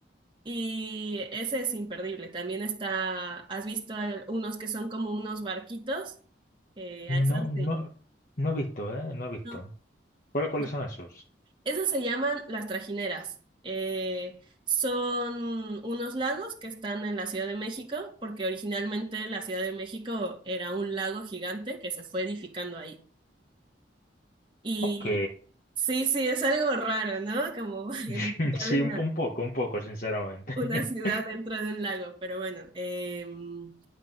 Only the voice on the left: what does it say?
No, no,
no he visto, ¿eh? No he visto.
¿Cuál- cuáles
son esos?
Ok.
<laughs>
Sí,
un, po- un poco, un poco, sinceramente.
<laughs>